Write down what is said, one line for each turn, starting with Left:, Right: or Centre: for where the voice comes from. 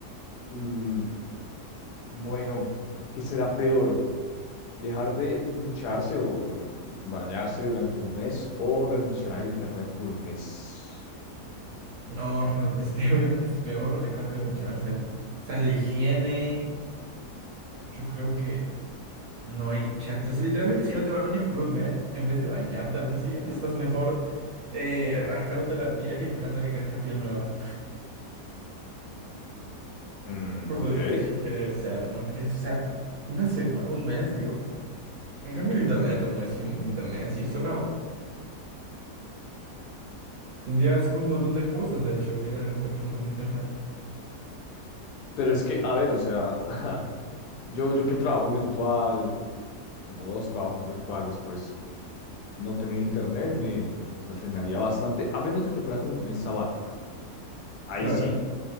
Left: mm, Bueno, ¿qué será peor? ¿Dejar de ducharse o, bueno, bañarse durante un mes o renunciar al internet por un mes?
Right: No, renun- <laughs> este obviamente es peor dejar de ducharse. O sea, la higiene, yo creo que No hay chances. Literalmente, si no te bañas por un mes, en vez de bañarte al mes siguiente, estás mejor eh, rascándote la piel y esperando a que crezca piel nueva.
Left: Mm,
Right: Por
Left: ok.
Right: lo
Left: Eh,
Right: difícil que debe ser, ¿no crees? O sea, una semana, un mes, digo. En cambio, el internet, un mes sin internet, sí, sobrado. Tendrías un montón de excusas, de hecho, si eres de los que trabajan con internet.
Left: Pero es que, a ver, o sea, <laughs> yo, yo que trabajo virtual, tengo dos trabajos virtuales, pues no tener internet me, me frenaría bastante, a menos de que fuera como un mes sabático. Ahí
Right: Claro.
Left: sí,